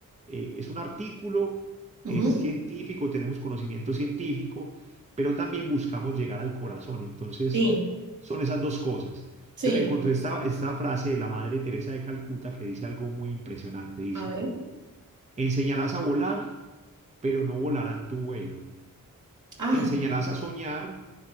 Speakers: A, on the right (about 20°); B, on the right (about 60°).
A: eh, es un artículo,
B: ujú,
A: es científico, tenemos conocimiento científico, pero también buscamos llegar al corazón. Entonces,
B: Sí,
A: son esas dos cosas.
B: sí.
A: Entonces me encontré esta, esta frase de la Madre Teresa de Calcuta que dice algo muy impresionante. Dice,
B: A ver.
A: enseñarás a volar, pero no volarán tu vuelo.
B: Ah,
A: Enseñarás a soñar,